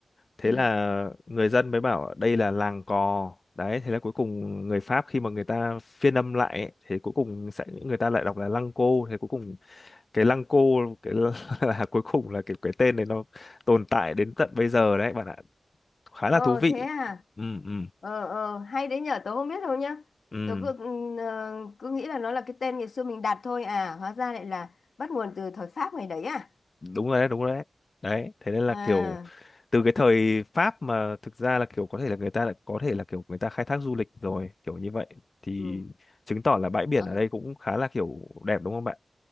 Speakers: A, on the left; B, on the left.
A: thế
B: ừ.
A: là người dân mới bảo đây là làng cò đấy thế là cuối cùng người Pháp khi mà người ta phiên âm lại ấy, thì cuối cùng sẽ người ta lại đọc là lăng cô thế cuối cùng cái lăng cô cái <laughs> là cuối cùng là cái cái tên này nó tồn tại đến tận bây giờ đấy bạn ạ khá là
B: Ờ
A: thú vị
B: thế à?
A: ừ ừ
B: Ờ ờ hay đấy nhở, tớ không biết đâu nhá.
A: ừ
B: Tớ cứ ừm, ờ, cứ nghĩ là nó là cái tên ngày xưa mình đặt thôi à, hóa ra lại là bắt nguồn từ thời Pháp ngày đấy à?
A: đúng rồi đấy đúng rồi đấy đấy thế nên
B: À
A: là kiểu từ cái thời Pháp mà thực ra là kiểu có thể là người ta lại có thể là kiểu người ta khai thác du lịch rồi kiểu như vậy thì
B: ừ.
A: chứng tỏ là bãi biển
B: Ờ,
A: ở đây cũng khá là kiểu đẹp đúng không bạn